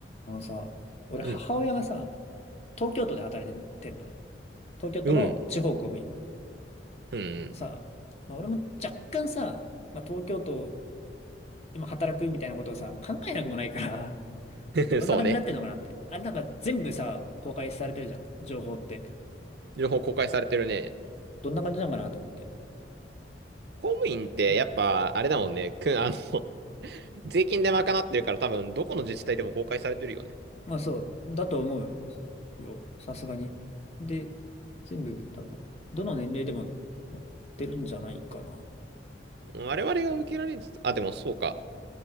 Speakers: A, on the left; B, on the right.
A: あのさ、俺母親がさ、
B: うん。
A: 東京都で働いてんの、てんのね。東京都の地方公務員。
B: うん。うんうんう
A: でさ、まあ、俺も若干さ、まあ、東京都でも働くみたいなことをさ、まあ、考えなくもないから、<laughs>
B: ん
A: どんな感じになってんのかなって。
B: <laughs> そうね。
A: あれなんか全部さ、公開されてるじゃん、情報って。
B: 情報公開されてるね。
A: どんな感じなのかなと思って。
B: 公務員ってやっぱ、
A: うん
B: あれだもんね。く、<laughs> あの、<laughs> 税金で賄ってるから多分、どこの自治体でも公開されてるよね。
A: まあそう、だと思うよ、さすがに。で、全部、多分、どの年齢でも載ってるんじゃないかな。
B: 我々が受けられる、あ、でもそうか。